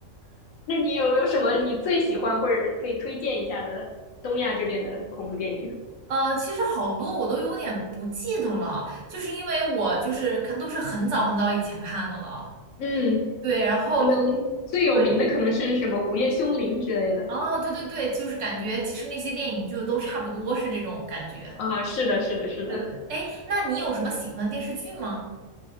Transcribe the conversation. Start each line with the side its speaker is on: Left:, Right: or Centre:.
Left: 那你有没有什么你最喜欢或者可以推荐一下的东亚这边的恐怖电影？
Right: 呃，其实好多我都有点不记得了，就是因为我就是看都是很早很早以前看的了。
Left: 嗯，
Right: 对，然后
Left: 可能最有名的可能是什么《午夜凶铃》之类的
Right: 对哦，对对对，就是感觉其实那些电影就都差不多是这种感觉。
Left: 啊。是的，是的，是的。
Right: 是的，哎，那你有什么喜欢的电视剧吗？